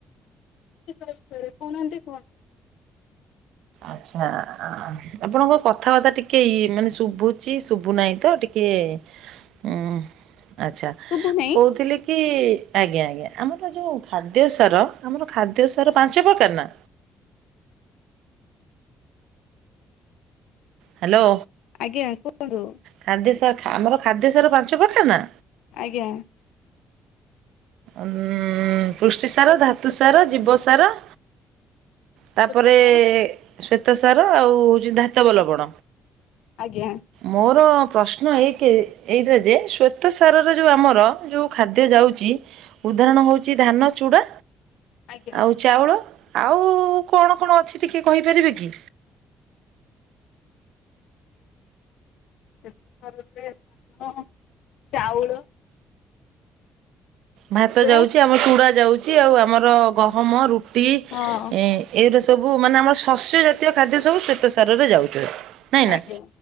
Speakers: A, on the left (about 85°); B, on the right (about 85°).
A: କହୁନାହାନ୍ତି କୁହନ୍ତୁ?
B: ଆଛା ଆପଣଙ୍କ କଥାବାର୍ତ୍ତା ଟିକେ ମାନେ ଶୁଭୁଛି ଶୁଭୁନାହିଁ ତ ଟିକେ କେ ଉଁ ଆଛା
A: ଶୁଭୁ ନାହିଁ
B: କହୁଥିଲି କି ଆଜ୍ଞା ଆଜ୍ଞା ଆମର ଯୋଉ ଖାଦ୍ୟ ସାର ଆମର ଖାଦ୍ୟ ସାର ପାଞ୍ଚ ପ୍ରକାର ନା ହ୍ୟାଲୋ।
A: ଆଜ୍ଞା କୁହନ୍ତୁ
B: ଖାଦ୍ୟ ସାର ଆମର ଖାଦ୍ୟ ସାର ପାଞ୍ଚ ପ୍ରକାରର ନା
A: ଆଜ୍ଞା।
B: ଉ ପୃଷ୍ଟି ସାର ଧାତୁ ସାର ଜୀବ ସାର ତାପରେ
A: ଶ୍ୱେତ ସାର
B: ଶ୍ଵେତ ସାର ଆଉ ହଉଛି ଧାତବଲବଣ
A: ଆଜ୍ଞା
B: ମୋର ପ୍ରଶ୍ନ ଏଇ କେ ଏଇଟା ଯେ ଶ୍ୱେତସାର ଯଉ ଆମର ଯୋଉ ଖାଦ୍ୟ ଯାଉ ଉଦାହରଣ ହଉଛି ଧାନ ଚୁଡା
A: ଆଜ୍ଞା
B: ଆଉ ଚାଉଳ ଆଉ କଣ କଣ ଅଛି ଟିକେ କହିପାରିବେ କି?
A: ଶ୍ୱେତ ସାର ଧାନ ଚାଉଳ
B: ଭାତ
A: ଚୁଡା
B: ଯାଉଛି ଆମ ଚୁଡା ଯାଉଛି ଆଉ ଆମର ଗହମ ରୁ ଟି ଏଇରା
A: ହଁ
B: ଏଇରା ସବୁ ମାନେ ଆମର ଶସ୍ୟ ଜାତୀୟ ଖାଦ୍ୟ ସବୁ ଶ୍ଵେତ ସାରରେ ଯାଉଛି ନାଇଁ
A: ଆଜ୍ଞା
B: ନା